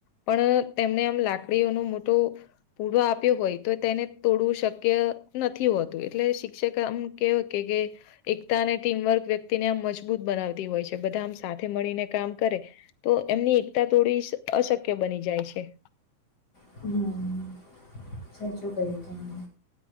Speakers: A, on the left; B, on the left.
A: પણ તેમને આમ લાકડીઓનો મોટો પૂરો આપ્યો હોય તો તેને તોડવું શક્ય નથી હોતું એટલે શિક્ષક આમ કેવા કે કે એકતા અને ટીમવર્ક વ્યક્તિને આમ મજબૂત બનાવતી હોય છે બધા આમ સાથે મળીને કામ કરે તો એમની એકતા તોળવી અશક્ય બની જાય છે.
B: હમ્મ. સાચું કયું તમે.